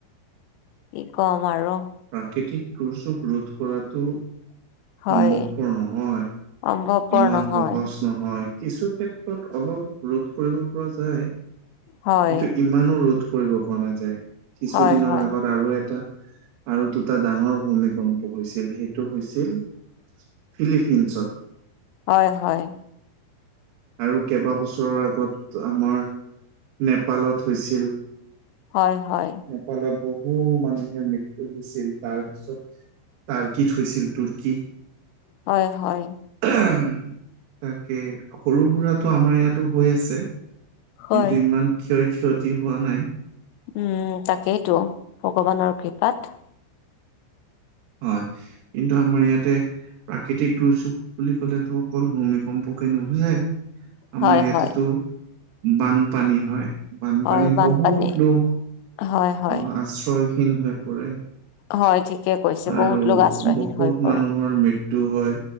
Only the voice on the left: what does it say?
কি কম আৰু।
হয়
সম্ভৱপৰ
নহয়
হয়
হয় হয়
হয় হয়।
হয় হয়।
হয় হয়।
হয়
উম তাকেইতো, ভগৱানৰ কৃপাত।
হয়,
হয়,
হয়, বানপানী
হয়, হয়,
হয় ঠিকে কৈছে
বহুত লোক আশ্ৰয়হীন
হৈ পৰে